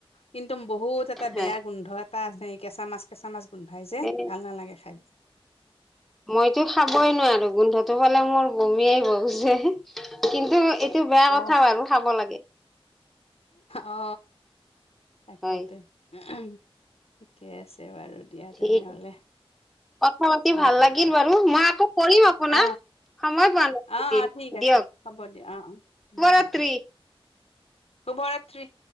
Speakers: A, on the left (about 85°); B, in the centre.
A: কিন্তু একদম বহুত এটা
B: হয়
A: বেয়া গোন্ধ এটা আছে কেঁচা মাছ কেঁচা মাছ গোন্ধাই যে
B: এ
A: ভাল নালাগে খাই
B: মইতো খাবই নোৱাৰো গোন্ধটো পালে মোৰ বমিয়াই ববু যে কিন্তু এইটো বেয়া
A: অ
B: কথা বাৰু খাব লাগে
A: অ তাকেইটো
B: হয়
A: ঠিকে আছে বাৰু দিয়া
B: ঠিক
A: তেনেহলে
B: কথা পাতি
A: অ
B: ভাল লাগিল
A: অ দে
B: বাৰু মই আকৌ কৰিম আপোনাৰ
A: অ
B: সমাৰ বান
A: অ
B: দিন
A: অ ঠিক আছে
B: দিয় শৱৰাতি
A: হ'ব দিয়া অ অ হ'ব দিয়া অ শুভৰাত্ৰি